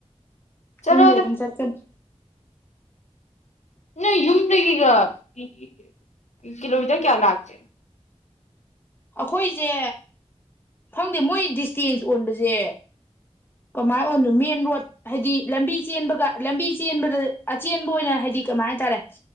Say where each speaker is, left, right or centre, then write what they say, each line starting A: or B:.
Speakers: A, on the left; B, on the left.
A: ꯆꯠꯂꯣꯗ
B: ꯌꯨꯝꯗꯩ ꯑꯗꯨꯝ ꯆꯠꯀꯅꯤ
A: ꯅꯣꯏ ꯌꯨꯝꯗꯩꯒꯤꯒ ꯀꯤ ꯀꯤ ꯀꯤꯂꯣꯃꯤꯇꯔ ꯀꯌꯥ ꯂꯥꯞꯀꯦ
B: ꯑꯈꯣꯏꯖꯦ ꯈꯪꯗꯦ ꯃꯣꯏ ꯗꯤꯁꯇꯦꯟꯁ ꯑꯣꯟꯕꯖꯦ ꯀꯃꯥꯏ ꯑꯣꯟꯅꯣ ꯃꯦꯟ ꯔꯣꯗ ꯍꯥꯏꯗꯤ ꯂꯝꯕꯤ ꯆꯦꯟꯕꯒ ꯂꯝꯕꯤ ꯆꯦꯟꯕꯗ ꯑꯆꯦꯟꯕ ꯑꯣꯏꯅ ꯍꯥꯏꯗꯤ ꯀꯃꯥꯏ ꯍꯥꯏ ꯇꯥꯔꯦ